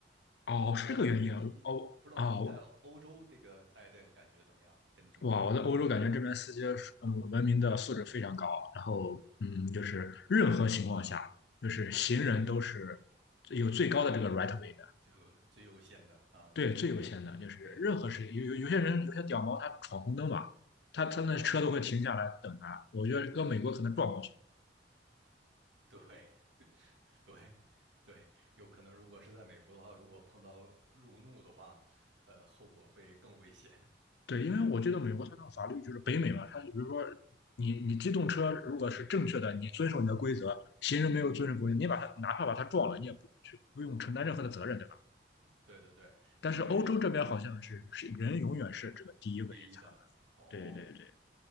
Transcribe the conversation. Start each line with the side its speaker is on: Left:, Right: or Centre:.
Left: 哦，是这个原因啊。
Right: 不知道您您您不知道您在欧欧洲这个待的感觉怎么样？
Left: 哦哦，
Right: 跟中国
Left: 哇，我在欧洲感觉这边司机是嗯文明的素质非常高，然后嗯，就是任何情况下，就是行人都是有最高的这个 right way 的，
Right: 就最优先的啊，
Left: 对，最优先的，就是任何事有有有些人有些屌毛他闯红灯嘛，
Right: 对，
Left: 他他那车都会停下来等他，
Right: <laughs>
Left: 我觉得搁美国可能撞过去，
Right: 对对对，有可能如果是在美国的话，如果碰到路怒的话，呃，后果会更危险。
Left: 对，因为我觉得美国它那个法律就是北美嘛，它比如说你你机动车如果是正确的，你遵守你的规则，行人没有遵守规则，你把他哪怕把他撞了，你也不去不用承担任何的责任，对吧？
Right: <laughs> 对对对，
Left: 但是欧洲这边好像是是人永远是这个第一位才
Right: 因为第一的哦。
Left: 对对对，